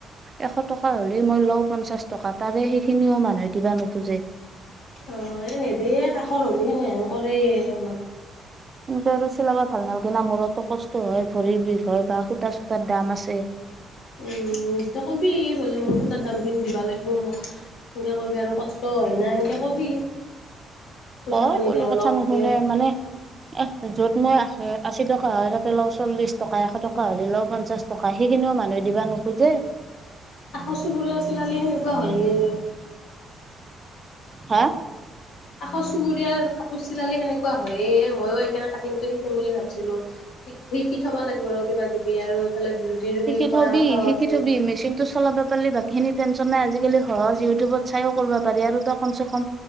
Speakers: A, on the right; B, on the left.
A: এশত টকা হ'লে মই লওঁ পঞ্চাশ টকা তাৰে সেইখিনিও মানুহে দিবা নোখোজে
B: অঁ এনে দে কাষৰ হলি সেনে হেন কৰে অলপ
A: সেনেকে আৰু চিলাব ভাল নালাগে না মূৰতো কষ্ট হয় ভৰি বিষ হয় বা সূতা চূতাৰ দাম আছে
B: উম ত কবি বোলে মোৰ সুধ তাত দামখিনি দিবা লাগিব মোক সেনকে কবি আৰু কষ্ট হয় না সেনেকে কবি পইচা
A: অঁ
B: খিনি
A: কলো
B: দে
A: কথা
B: লওঁতে
A: নুশুনে মানে এ যত মই আহ আশী টকা হয় তাতে ল চল্লিশ টকা এশ টকা হ'লে লও পঞ্চাশ টকা সেইখিনিও মানুহে দিবা নোখোজে
B: কাষৰ চুবুৰীয়া ছোৱালীৰ সেনেকুৱা হয়য়ে
A: হাঁ
B: আকৌ চুবুৰীয়া কাপোৰ চিলালি সেনেকুৱা হয় ময়ো সেইকাৰণে কাটিংটো শিকিম বুলি ভাবছিলো শিকি থবা লাগিব ৰ কিবা কিবি আৰু এইফালে বিউটিৰ
A: শিকি
B: সেই কৰা
A: থবি
B: কথাও
A: শিকি
B: আছিল
A: থবি মেচিন টো চলাবা পালি বাকী খিনি টেনচনাই আজিকালি সহজ ইউটিউবত চাইও কৰিব পাৰি আৰু ত কম চে কম